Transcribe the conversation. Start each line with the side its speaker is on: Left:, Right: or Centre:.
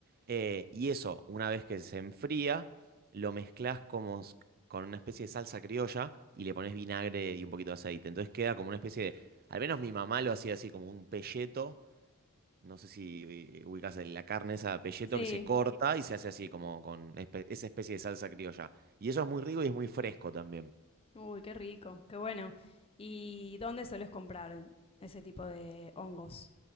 Right: eh, y eso, una vez que se enfría, lo mezclas como s- con una especie de salsa criolla y le pones vinagre y un poquito de aceite. Entonces queda como una especie de, al menos mi mamá lo hacía así como un pelleto. No sé si ubicas la carne esa pelleto
Left: sí,
Right: que se corta y se hace así como con espe- esa especie de salsa criolla. Y eso es muy rico y es muy fresco también.
Left: uy, qué rico, qué bueno. ¿Y dónde sueles comprar ese tipo de hongos?